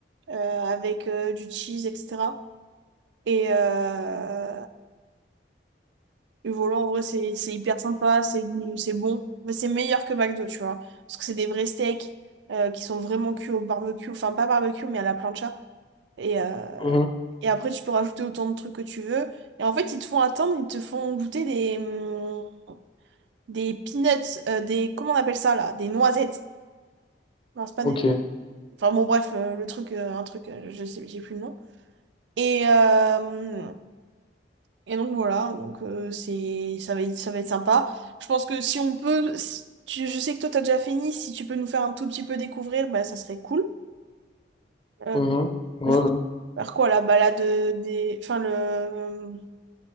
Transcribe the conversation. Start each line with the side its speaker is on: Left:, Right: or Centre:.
Right: euh, avec euh, du cheese, etc. Et, euh, et voilà, en vrai, c'est c'est hyper sympa, c'est bon, c'est bon. Mais c'est meilleur que McDo, tu vois. Parce que c'est des vrais steaks euh, qui sont vraiment cuits au barbecue. Enfin, pas barbecue, mais à la plancha. Et, euh,
Left: Mhm.
Right: et après, tu peux rajouter autant de trucs que tu veux. Et en fait, ils te font attendre, ils te font goûter des, hum, des peanuts, euh, des, comment on appelle ça là? Des noisettes. Non, c'est pas
Left: Ok.
Right: des... Enfin bon, bref, euh, le truc, euh, un truc, euh, je sais, j'ai plus le nom. Et, euh, et donc voilà, donc euh, c'est, ça va être, ça va être sympa. Je pense que si on peut, si tu- je sais que toi t'as déjà fini, si tu peux nous faire un tout petit peu découvrir, bah ça serait cool. Euh,
Left: Mhm. Ouais,
Right: je faire quoi, la balade euh, des... Enfin le... euh,